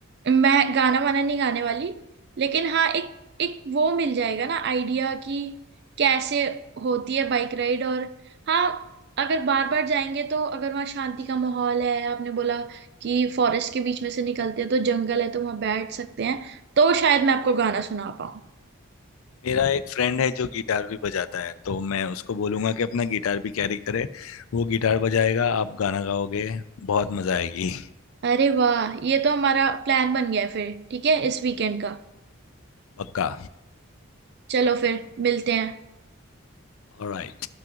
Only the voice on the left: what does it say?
मेरा एक फ्रेंड है जो गिटार भी बजाता है तो मैं उसको बोलूंगा कि अपना गिटार भी कैरी करे वो गिटार बजाएगा आप गाना गाओगे बहुत मजा आएगी
पक्का
ऑलराइट